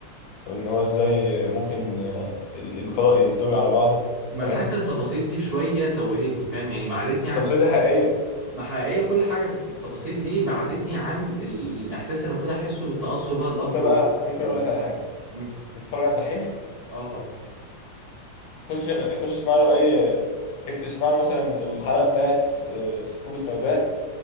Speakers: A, on the left; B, on the right.
A: وان هو ازاي ممكن آه، ال-
B: صح
A: الفضاء ينطوي على بعضه
B: ما
A: فاهم
B: انا حاسس ان التفاصيل دي شويه توهتني فاهم يعني بعدتني
A: بس التفاصيل
B: عن
A: دي حقيقية
B: ما حقيقية كل حاجة بس التفاصيل دي بعدتني عن ال- الإحساس اللي المفروض أحسه بالتأثر بقى الأب
A: انت بقى
B: والبنت
A: ممكن
B: و...
A: اقول لك على حاجة
B: مم.
A: بتتفرج على الدحيح
B: آه طبعا
A: خش خش اسمع له اي اكت- اسمع له مثلا الحلقة بتاعت الس- آه، الثقوب السوداء